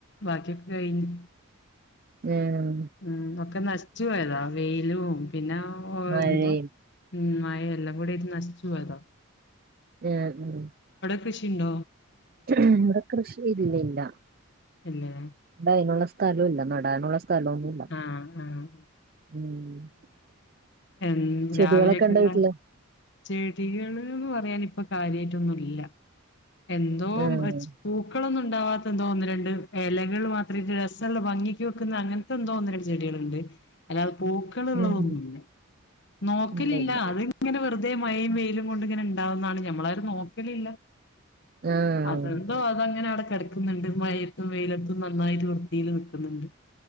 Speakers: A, on the left; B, on the right.
A: ബാക്കിയൊക്കെ കഴിഞ്ഞ്
B: ഏഹ്
A: ഉം ഒക്കെ നശി ച്ച് പോയതാ വെയിലും പിന്നെ ഓ
B: മഴയും
A: എന്തോ ഉം മഴ എല്ലാം കൂടിയായിട്ട് നശി ച്ചു പോയതാ
B: ആ ഉം
A: കൃഷിണ്ടോ
B: ഇവിടെ കൃഷി ഇല്ലില്ല
A: ഇല്ല
B: ഇടെ അതിനുള്ള സ്ഥലുല്ല നടാനുള്ള സ് സ്ഥലൊന്നുല്ല
A: ആഹ് ആഹ്
B: ഉം
A: എന്ന്
B: ചെടികളൊക്കെ
A: രാവിലൊക്കെന്താണ്
B: ഇണ്ടോ വീട്ടില്
A: ചെടികൾന്ന് പറയാൻ ഇപ്പം കാര്യമായിട്ടൊന്നും ഇല്ല എന്തോ
B: ആഹ്
A: മച്ച് പൂക്കളൊന്നും ഉണ്ടാവാത്തെന്തോ ഒന്നു രണ്ട് ഇലകളു മാത്രായിട്ടെ രസൊള്ള ഭംഗിക്ക് വെക്കുന്ന അങ്ങനത്തെ ന്തോ ഒന്ന് രണ്ട് ചെടികളുണ്ട് അല്ലാത് പൂക്കൾള്ളതൊന്നുമല്ല
B: ഉം
A: നോക്കലില്ല
B: ഇല്ല ഇല്ല
A: അതിങ്ങനെ വെറുതെ മയേം വെയി ലും ഇതുകൊണ്ടിങ്ങനെ ഉണ്ടാവുന്നതാണ് ഞമ്മളാ രും നോക്കലില്ല
B: ആഹ്
A: അതെന്തോ അതങ്ങനെ അടഞ്ഞ് കിടക്കുന്നുണ്ട് മഴയത്തും വെയിലത്തും നന്നായിട്ട് വൃത്തിയിലെ നിക്കുന്നുണ്ട്